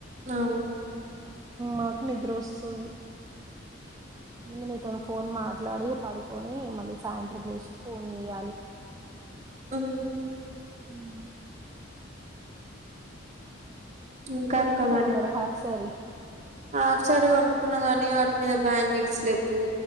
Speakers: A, on the right; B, on the right.
A: అవును
B: నాకు నిద్ర వస్తుంది అందునే నీతో ఫోన్ మాట్లాడి పడుకొని మళ్ళీ సాయంత్రం లేసి ఫోన్ చేయాలి
A: ఊ
B: ఉ ఉ
A: ఇంకా
B: కొనుక్కున్నావా
A: అక్క మరి
B: హాఫ్ సారీ
A: హాఫ్ సారీ కొనుక్కున్నా గాని మీద బ్యాంగిల్స్ లేవు